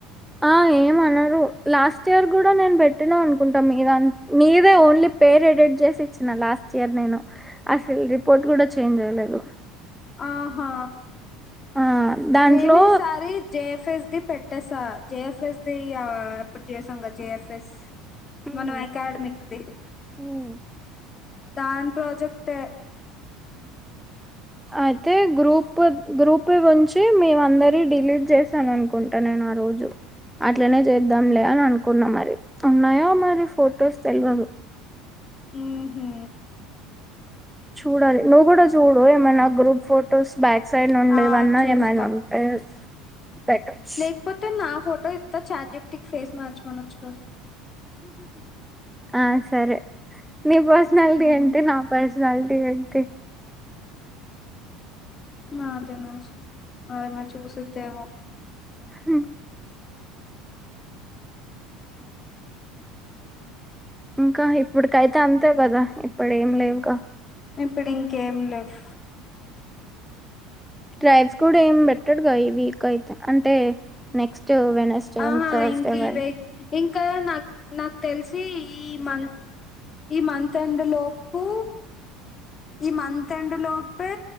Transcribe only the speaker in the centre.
ఆ ఏమనరు లాస్ట్ ఇయర్ కూడా నేను పెట్టినా అనుకుంటాం మీద నీదే ఓన్లీ పేరు ఎడిట్ చేసి ఇచ్చిన లాస్ట్ ఇయర్ నేను అసలు రిపోర్ట్ కూడా చేంజ్ జేయలేదు
ఆ దాంట్లో
ఉమ్,
ఉమ్.
అయితే గ్రూప్ గ్రూప్ గురించి మేము అందరి డిలీట్ చేసాను అనుకుంటా నేను ఆ రోజు అట్లనే చేద్దాంలే అని అనుకున్నా మరి ఉన్నాయో మరి ఫొటోస్ తెలియదు
చూడాలి నువ్వు కూడా చూడు ఏమైనా గ్రూప్ ఫొటోస్ బ్యాక్ సైడ్ నుండి
ఎమన్నా
ఏమైనా ఉంటే పెట్టచ్చు
ఆ సరే నీ పర్సనాలిటీ
అంటే నా పర్స న తీ అడితే
హ ఇంకా ఇప్పుటికైతే అంతే కదా ఇప్పుడు ఏం లేవుగా
డ్రైవ్స్ కూడా ఏం పెట్టడుగా ఈ వీక్ అయితే అంటే నెక్స్ట్ వెనస్డే
అండ్ థర్స్డే
వరకు